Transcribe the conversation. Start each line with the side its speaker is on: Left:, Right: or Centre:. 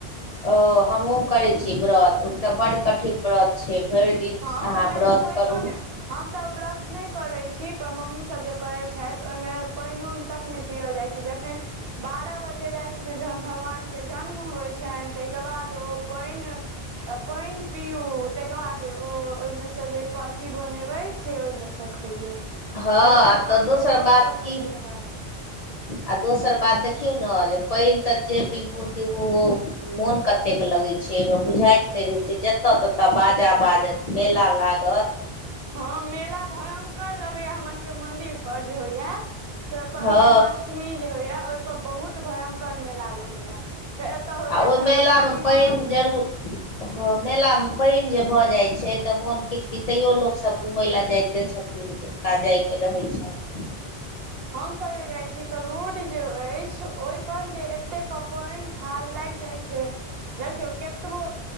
Left: ओ हमहुँ करे छिये व्रत ओ तऽ बड्ड कठिन व्रत छैय भरि दिन
Right: हँ ओहिमे
Left: अहाँ व्रत
Right: तऽ पायनो
Left: करू
Right: ने हम तऽ व्रत नय करैत छी पर मम्मी सभ जे करैत छैथ ओहिमे पायनो तक नय पियल जाइ छैय जखन बारह बजे राति मे जखन भगवान के जन्म होइ छनि ताहिके बाद ओ पानि पाइन पिउ तैक बाद जे ओ ओहिमे सँ जे अथी बनेबै से ओहिमे सँ खइयौ
Left: हँ
Right: पहिले भगवानके
Left: तऽ दोसर
Right: भोग
Left: बात
Right: लगबियौन
Left: की
Right: ताहिके बाद
Left: आ दोसर बात देख किउ न आ पैन त जेे पीब पी मोन कतेक लगे छै एहि मे बुझाइत नय रहे छै ज जत ततऽ बाजा बाजत मेला लागत
Right: हँ मेला भयंकर लगेया हमर सबके मंदिर पर जे होइया से ओहिप पर
Left: हँ
Right: जन्माष्टमी जे होया ओहिपर बहुत भयंकर मेला लगेया फेर तऽ होइया
Left: आ ओहि
Right: फेर हमर
Left: मेलामे
Right: नानी गाँ
Left: पानि
Right: मे
Left: जरूर
Right: होइया
Left: हँ मेला मे पानि जे भऽ जाइ छै तऽ मोन किछ किछ तैयो लोकसभ घुमय लऽ जायते छथिन हुनका जइके रहै छैन
Right: हमसब जे जाइ छी तऽ रोड जे अछि ओई पर जे एते क पानि थाल लागि जाय छै देखियौ केतबो